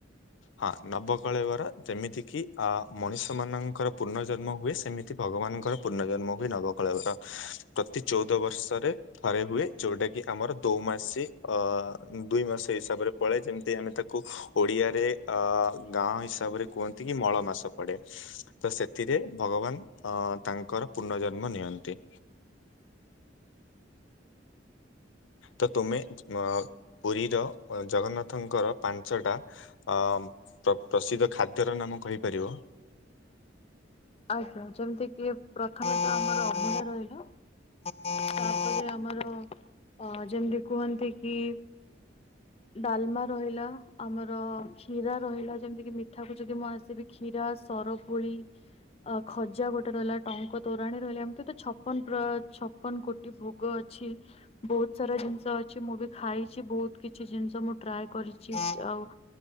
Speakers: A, on the left (about 80°); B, on the left (about 30°).
A: ହଁ ନବକଳେବର ଯେମିତି କିି? ଅ ମଣିଷ ମାନଙ୍କର ପୂର୍ଣ୍ଣ ଜନ୍ମ ହୁଏ ସେମିତି ଭଗବାନଙ୍କର ପୂର୍ଣ୍ଣ ଜନ୍ମ ହୁଏ ନବକଳେବର ପ୍ରତି ଚଉଦ ବର୍ଷରେ। ଥରେ ହୁଏ ଯୋଉଟା କି ଆମର ଦୋ ମାସି ଅ ଦୁଇ ମାସ। ସେ ହିସାବରେ ପଳେ ଯେମିତି ଆମେ ତାକୁ ଓଡିଆରେ। ଅ ଗାଁ ହିସାବରେ କୁହନ୍ତି କି ମଳ ମାସ ପଡେ ତ ସେଥିରେ ଭଗବାନ ଅ ତାଙ୍କର ପୁନଃ ଜନ୍ମ ନିଅନ୍ତି। ତ ତୁମେ ପୁରୀର ଜଗନ୍ନାଥଙ୍କର ପାଞ୍ଚଟା ଅ ପ୍ରସିଦ୍ଧ ଖାଦ୍ୟର ନାମ କହିପାରିବ?
B: ଆଜ୍ଞା ଯେମିତି କି ପ୍ରଥମ ଆମର ଅଞ ରହିଲା ତାପରେ ଆମର ଅ ଯେମିତି କୁହନ୍ତି କି ଡାଲମା ରହିଲା ଆମର କ୍ଷୀରା ରହିଲା ଯେମିତି କି ମିଠା କ ଯଦି ମୁଁ ଆସିବି କ୍ଷୀରା ସରପୁଳି ଅ ଖଜା ଗୋଟେ ରହିଲା ଟଙ୍କ ତୋରାଣୀ ରହିଲା ଏମିତି ତ ଛପନ ପ୍ର ଛପନ କୋଟି ଭୋଗ ଅଛି। ବହୁତ ସାରା ଜିନିଷ ଅଛି ମୁଁ ବି ଖାଇଛି ବହୁତ କିଛି ଜିନିଷ ମୁଁ ଟ୍ରାଏ କରିଛି ଆଉ